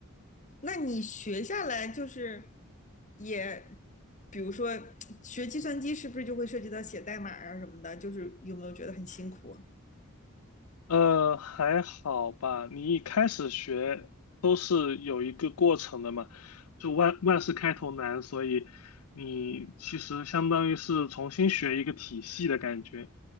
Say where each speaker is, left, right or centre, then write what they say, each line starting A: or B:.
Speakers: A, on the left (about 35°); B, on the left (about 80°).
A: 那你学下来就是也，比如说学计算机是不是就会涉及到写代码啊什么的？就是有没有觉得很辛苦啊
B: 呃，还好吧。你一开始学都是有一个过程的嘛，就万万事开头难，所以你其实相当于是重新学一个体系的感觉。